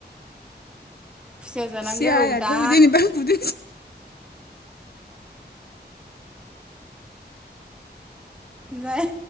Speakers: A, in the centre; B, on the left.
A: खुसिया जानांगौ
B: खुसियाआथ'
A: दा
B: जेनिबां गुदुं
A: जाया